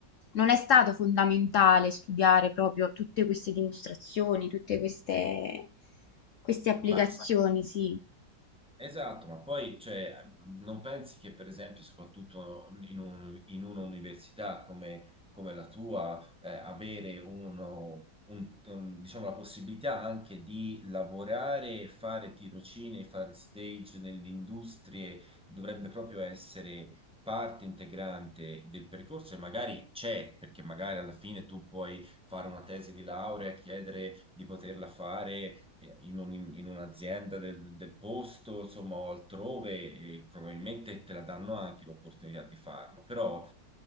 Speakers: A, on the left (about 60°); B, in the centre.
A: non è stato fondamentale studiare proprio tutte queste dimostrazioni, tutte queste, queste applicazioni,
B: Ma
A: sì.
B: Esatto, ma poi cioè, non pensi che per esempio, soprattutto in, un- in un'università come, come la tua, eh, avere uno, un- un- diciamo, la possibilità anche di lavorare, fare tirocini, fare stage nelle industrie, dovrebbe proprio essere parte integrante del percorso e magari c'è, perché magari alla fine tu puoi fare una tesi di laurea e chiedere di poterla fare in, un- in un'azienda del, del posto, insomma, o altrove, e probabilmente te la danno anche l'opportunità di farlo. Però,